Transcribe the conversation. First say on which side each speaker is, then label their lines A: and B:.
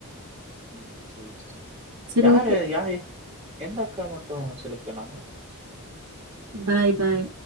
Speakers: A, on the right (about 25°); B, on the right (about 70°).
A: ம் செரிசெரி
B: சரி
A: யாரு
B: ஓகே
A: யா எந்த அக்கா மட்டு செலக்டானாங்க
B: பாய் பாய்